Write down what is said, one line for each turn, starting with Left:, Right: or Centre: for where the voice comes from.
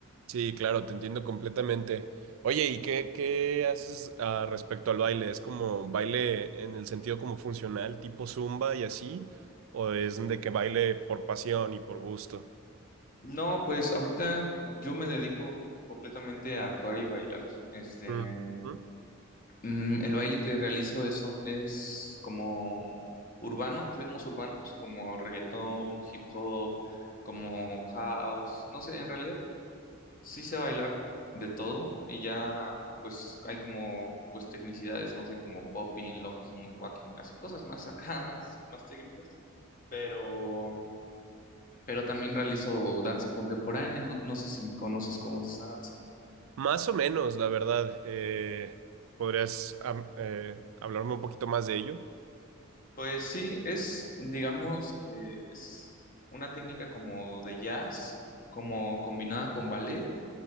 Right: Sí, claro, te entiendo completamente. Oye, ¿y qué, qué haces ah, respecto al baile? ¿Es como baile en el sentido como funcional, tipo zumba y así? ¿O es de que baile por pasión y por gusto?
Left: No, pues ahorita yo me dedico completamente a actuar y bailar. Este,
Right: Ujú.
Left: Mm, el baile que realizo eso es como urbano, ritmos urbanos, como reggaetón, hip hop, como house. No sé, en realidad sí sé bailar de todo y ya pues hay como pues tecnicidades, no sé, como popping, locking, walking, así cosas más acá, <laughs> más, más técnicas. Pero, pero también realizo danza contemporánea. No, no sé si conoces cómo es esa danza.
Right: Más o menos, la verdad. Eh, ¿podrías am- eh, hablarme un poquito más de ello?
Left: Pues sí, es, digamos que es una técnica como de jazz, como combinada con ballet,